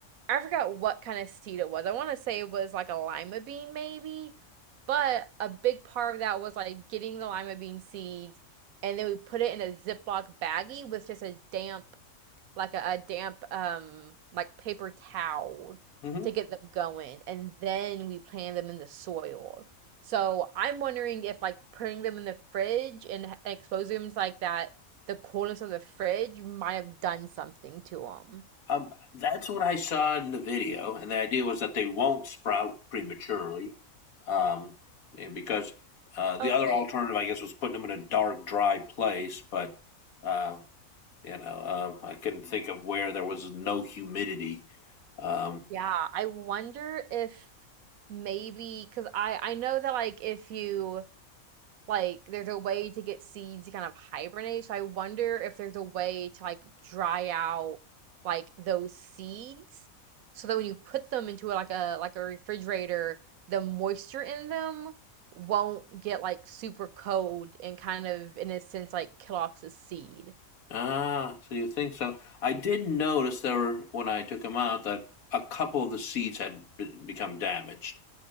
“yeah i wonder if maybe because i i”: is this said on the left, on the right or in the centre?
Right